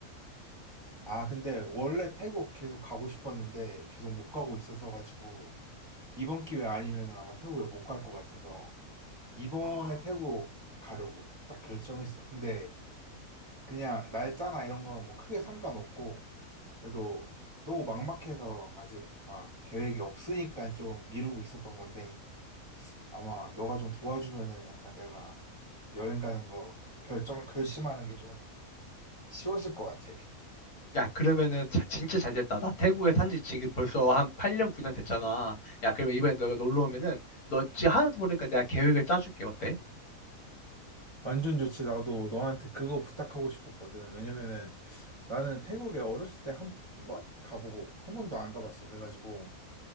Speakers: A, on the right (about 20°); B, on the left (about 85°).
A: 아, 근데 원래 태국 계속 가고 싶었는데 계속 못 가고 있었어가지고 이번 기회 아니면 아마 태국에 못 갈 것 같아서 이번에
B: 아.
A: 태국 가려고 딱 결정했어. 근데 그냥 날짜나 이런 거 뭐 크게 상관없고 그래도 너무 막막해서 아직 막 계획이 없으니까 좀 미루고 있었던 건데 아마 너가 좀 도와주면은 약간 내가 여행 가는 거 결정, 결심하는 게 좀 쉬워질 것 같아.
B: 야, 그러면은 자- 진짜 잘 됐다. 나 태국에 산지 지금 벌써 한 8년, 9년 됐잖아. 야, 그러면 이번에 너가 놀러 오면은 너 지금 하나도 모르니까 내가 계획을 짜줄게. 어때?
A: 완전 좋지. 나도 너한테 그거 부탁하고 싶었거든. 왜냐면은 나는 태국에 어렸을 때 한 번 가보고 한 번도 안 가봤어. 그래가지고